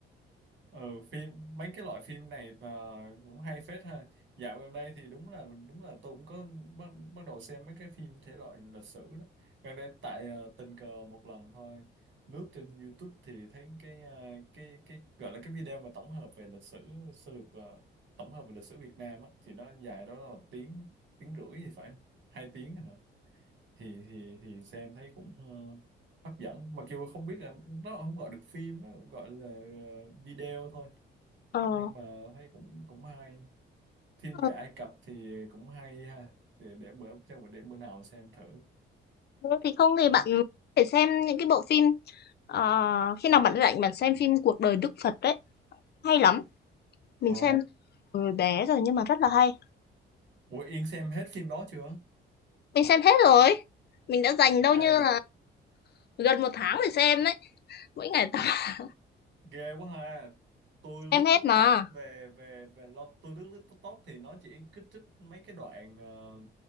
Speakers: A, on the right; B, on the left.
A: ừ phim mấy cái loại phim này ờ, cũng hay phết ha dạo gần đây thì đúng là đúng là tôi cũng có bắt bắt đầu xem mấy cái phim thể loại lịch sử đó gần đây tại ờ, tình cờ một lần thôi lướt trên YouTube thì thấy cái ờ, cái cái gọi là cái video mà tổng hợp về lịch sử sơ lược ờ, tổng hợp về lịch sử Việt Nam á thì nó dài đó là một tiếng tiếng rưỡi thì phải hai tiếng hả thì thì thì xem thấy cũng ờ, hấp dẫn mặc dù không biết là nó không gọi được phim nó gọi là ờ, video thôi
B: ờ,
A: nhưng mà thấy cũng cũng hay phim
B: ờ,
A: về Ai Cập thì cũng hay ha thì để bữa chắc bữa để bữa nào xem thử
B: thì không thì bạn có thể xem những cái bộ phim ờ, khi nào bạn rảnh bạn xem phim cuộc đời Đức Phật đấy hay lắm mình
A: ờ
B: xem từ hồi bé rồi nhưng mà rất là hay
A: Ủa Yên xem hết phim đó chưa
B: mình xem hết rồi mình đã dành đâu
A: ê
B: như là gần một tháng để xem đấy mỗi ngày tập <laughs>
A: ghê quá ha tôi lướt
B: xem hết
A: TikTok
B: mà
A: về về về lo- tôi lướt lướt TikTok thì nó chỉ kích thích mấy cái đoạn ờ,